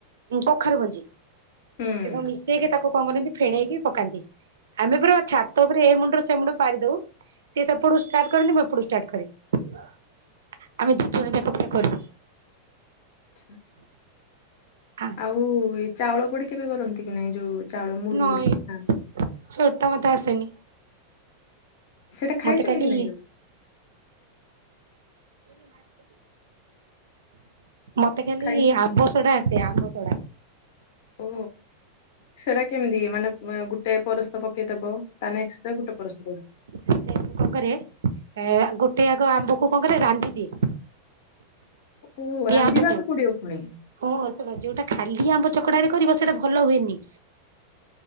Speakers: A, on the right; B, on the left.
A: ଉଁ କଖାରୁ ମଞ୍ଜି।
B: ହୁଁ।
A: ସେ ସବୁ ମିଶେଇକି ତାକୁ କଣ କରନ୍ତି ଫେଣେଇକି ପକାନ୍ତି। ଆମେ ପୁରା ଛାତ ଉପରେ ଏ ମୁଣ୍ଡରୁ ସେ ମୁଣ୍ଡ ପାରିଦଉ। ସିଏ ସେପଟୁ ଷ୍ଟାର୍ଟ କରନ୍ତି ମୁଁ ଏପଟୁ ଷ୍ଟାର୍ଟ କରେ ଆମେ ଦି ଜଣ ଜାଙ୍କ ପୂରା କରୁ।
B: ଛା।
A: ଆ
B: ଆଉ ଏ ଚାଉଳ ବଡି କି ବି କରନ୍ତି କି ନାଇଁ ଯୋଉ ଚାଉଳ ମୁଡି
A: ନଈ
B: ମୁଡିି ଖାଆନ୍ତି।
A: ସେଟା ମୋତେ ଆସେନି।
B: ସେଟା ଖାଇଛନ୍ତି
A: ମତେ ଖାଲି
B: କି ନାହିଁ କେବ?
A: <unintelligible> ମତେ ଖାଲି
B: ଖାଇ
A: ଆମ୍ବ ସଡା ଆସେ ଆମ୍ବ ସଡା।
B: ଓ ସେରା କେମିତି ମାନେ ଏ ଗୋ ଟେ ପରସ୍ତ ପକେଇଦବ ତାନେ ଏକ୍ସଟ୍ରା ଗୋଟେ ପରସ୍ତ ଦବ।
A: ମାନେ ମୁଁ କଣ କରେ ଏ ଆ ଗୋଟେ ଆଗ ଆମ୍ବକୁ କଣ କରେ ରାନ୍ଧିଦିଏ।
B: ଓହୋ ରାନ୍ଧିବାକୁ
A: ଆମ୍ବକୁ
B: ପଡିବ ପୁଣି।
A: ହଁ ଶୁଣ ଯୋଉଟା ଖାଲି ଆମ୍ବ ଚକଟାରେ କରିବ ସେଇଟା ଭଲ ହୁଏନି।